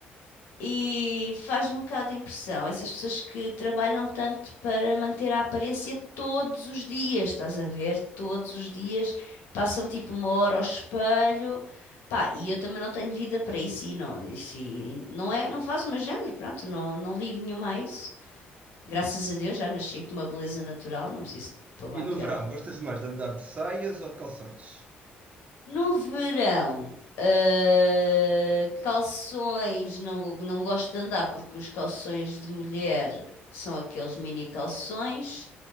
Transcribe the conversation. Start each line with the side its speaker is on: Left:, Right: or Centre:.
Left: E faz-me um bocado de impressão, essas pessoas que trabalham tanto para manter a aparência todos os dias, estás a ver? Todos os dias passam tipo uma hora ao espelho, pá, e eu também não tenho vida para isso e não, isso, e não é, não faz o meu género, pronto, não, não ligo nenhuma a isso. Graças a Deus já nasci com uma beleza natural, não preciso de pôr maquilhar.
Right: E no verão, gostas mais de andar de saias ou de calções?
Left: No verão, eh, calções, não, não gosto de andar porque os calções de mulher são aqueles mini calções,